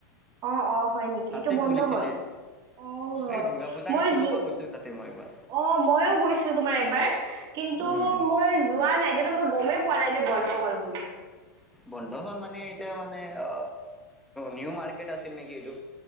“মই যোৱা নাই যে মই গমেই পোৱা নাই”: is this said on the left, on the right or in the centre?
Right